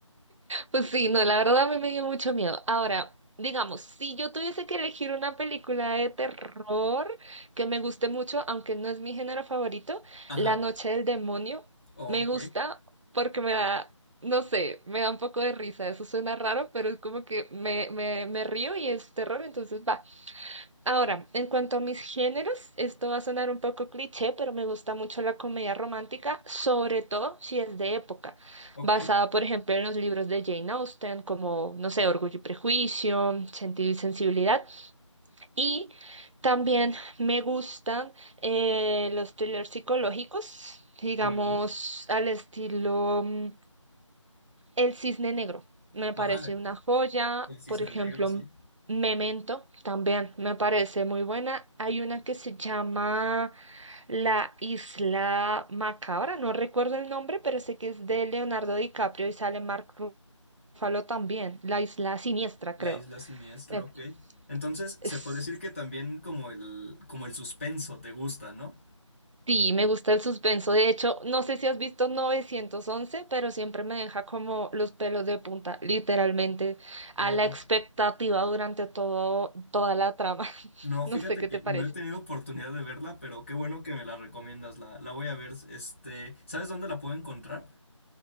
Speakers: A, on the right; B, on the left.
A: Pues sí, no, la verdad a mí me dio mucho miedo. Ahora, digamos, si yo tuviese que elegir una película de terror que me guste mucho, aunque no es mi género favorito,
B: Ajá.
A: La Noche del Demonio
B: Ok,
A: me gusta porque me da, no sé, me da un poco de risa. Eso suena raro, pero es como que me, me, me río y es terror, entonces va. Ahora, en cuanto a mis géneros, esto va a sonar un poco cliché, pero me gusta mucho la comedia romántica, sobre todo si es de época,
B: ok,
A: basada, por ejemplo, en los libros de Jane Austen, como, no sé, Orgullo y Prejuicio, Sentido y Sensibilidad, y también me gustan eh, los thrillers psicológicos, digamos,
B: muy bien.
A: al estilo mm, el Cisne Negro me parece
B: Ah,
A: una joya.
B: el cisne
A: Por ejemplo,
B: negro, sí.
A: Memento también me parece muy buena. Hay una que se llama La Isla Macabra, no recuerdo el nombre, pero sé que es de Leonardo DiCaprio y sale Mark Ruffalo también. La Isla Siniestra,
B: La
A: creo.
B: isla siniestra,
A: Me-
B: ok. Entonces,
A: es-
B: se puede decir que también como el, como el suspenso te gusta, ¿no?
A: Sí, me gusta el suspenso. De hecho, no sé si has visto 911, pero siempre me deja como los pelos de punta, literalmente, a
B: O
A: la expectativa durante todo, toda la trama. <laughs>
B: No,
A: No
B: fíjate
A: sé qué
B: que
A: te
B: no
A: parece.
B: he tenido oportunidad de verla, pero qué bueno que me la recomiendas. La, la voy a ver. Este, ¿sabes dónde la puedo encontrar?